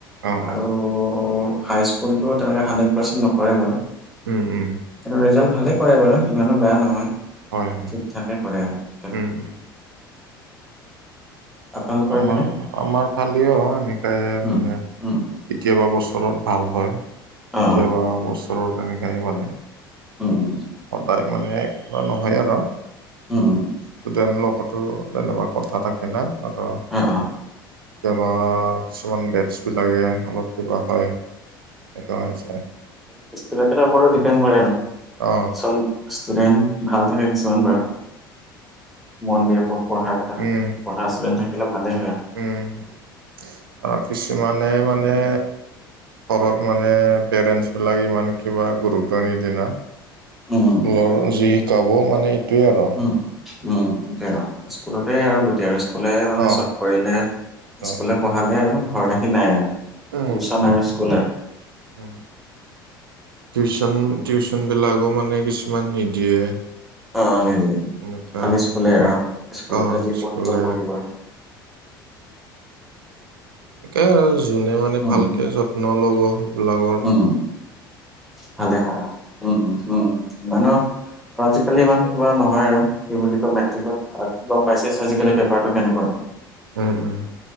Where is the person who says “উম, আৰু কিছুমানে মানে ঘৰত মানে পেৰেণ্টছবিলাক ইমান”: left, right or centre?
Right